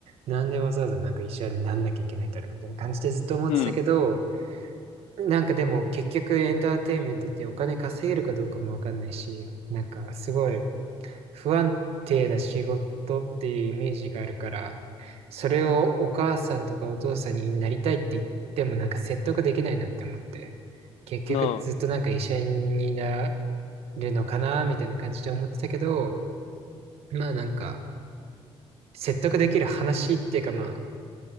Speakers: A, on the right; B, on the left.
A: なんでわざわざなんか医者になんなきゃいけないんだろうみたいな感じでずっと思ってたけど、
B: うん、
A: なんかでも結局エンターテインメントってお金稼げるかどうかもわかんないし、なんかすごい不安定な仕事っていうイメージがあるから、それをお母さんとかお父さんになりたいって言ってもなんか説得できないなって思って、結局ずっとなんか医者にな
B: なあ、
A: れるのかなみたいな感じで思ってたけど、まあなんか、説得できる話っていうかまあ、